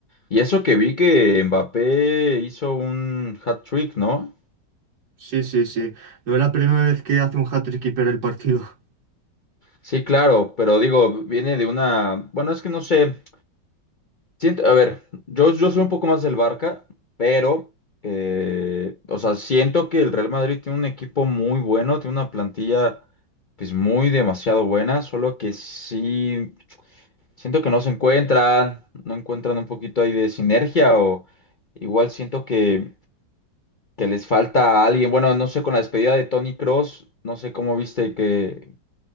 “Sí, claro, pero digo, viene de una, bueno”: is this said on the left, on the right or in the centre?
Left